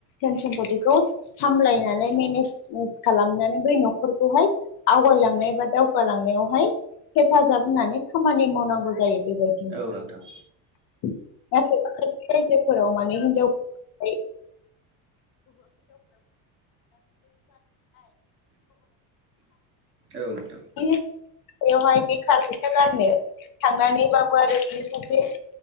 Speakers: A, on the left; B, on the right.
A: धोन सम्पतिखौ सामलायनानै मेनेजे ज खालामनानै बै न'खरखौहाय आवगायलांनाय बा दावगालांनायावहाय हेफाजाब होनानै खामानि मावनांगौ जायो बेबायदिनो
B: औ नोंथां
A: नाथाय बा खायसे रायजोफोराव माने हिनजावफोरखौहाय
B: औ नोंथां
A: <unintelligible> <unintelligible> बेवहाय बेखार फैसा गारनो थांनानैबाबो आरो बियो सासे